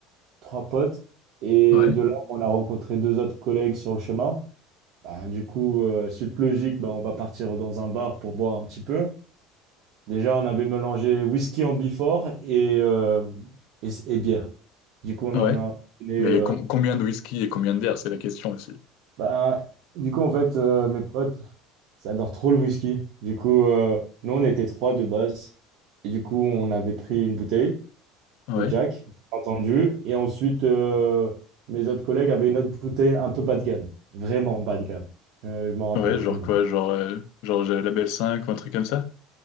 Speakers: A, on the right; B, on the left.
A: trois potes. Et
B: Ouais,
A: de là, on a rencontré deux autres collègues sur le chemin. Ben, du coup, euh, suite logique, ben, on va partir dans un bar pour boire un petit peu. Déjà, on avait mélangé whisky en Bifort et, euh, et, et bière. Du coup, on
B: ouais.
A: en a donné
B: Mais com- combien de whisky et combien de verres, c'est la question aussi.
A: Bah, du coup, en fait, euh, mes potes, ça adore trop le whisky. Du coup, euh, nous, on était trois de base. Et du coup, on avait pris une bouteille
B: Ouais,
A: de Jack, bien entendu. Et ensuite, euh, mes autres collègues avaient une autre bouteille un peu bas de gamme. Vraiment bas de gamme. Euh, je m'en rappelle
B: ouais,
A: plus
B: genre
A: le
B: quoi,
A: nom.
B: genre, euh, genre j'ai la belle 5 ou un truc comme ça?